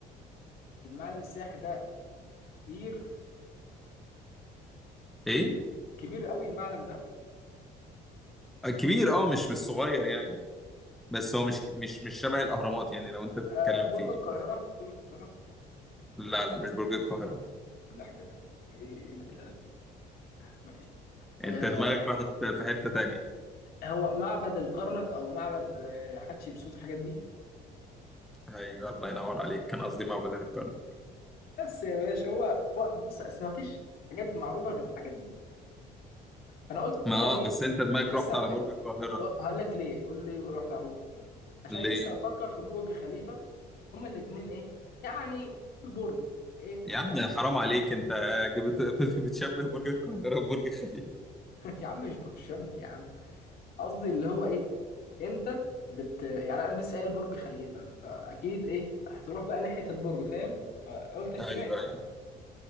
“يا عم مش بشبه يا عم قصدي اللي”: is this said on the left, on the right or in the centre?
Left